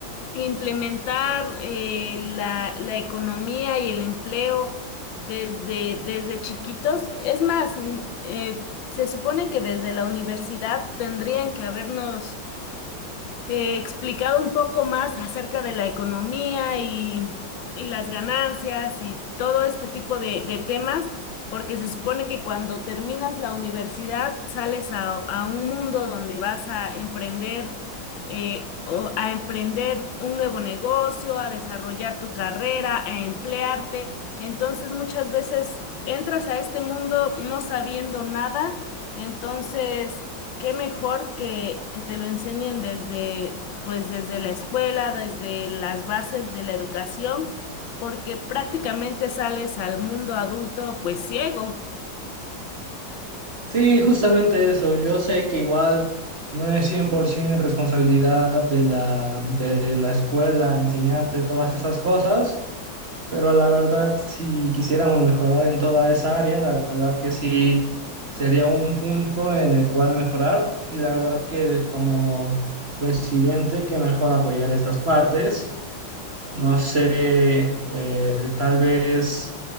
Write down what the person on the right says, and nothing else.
Sí, justamente eso. Yo sé que igual no es 100% responsabilidad de la, de la escuela enseñarte todas esas cosas, Pero la verdad, si quisiéramos mejorar en toda esa área, la verdad que sí sería un punto en el cual mejorar y la verdad que como presidente que mejor apoyar esas partes. No sé, eh, tal vez